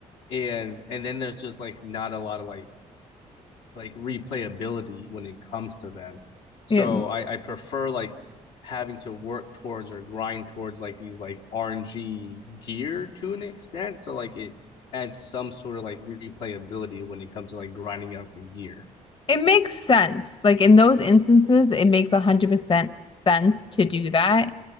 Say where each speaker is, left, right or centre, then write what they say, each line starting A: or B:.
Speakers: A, on the left; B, on the left.
A: and and then there's just like not a lot of like like replayability when it comes to them. So
B: It,
A: I, I prefer like having to work towards or grind towards like these like RNG gear to an extent. So like it adds some sort of like replayability when it comes to like grinding out the gear.
B: it makes sense. Like in those instances, it makes 100% sense to do that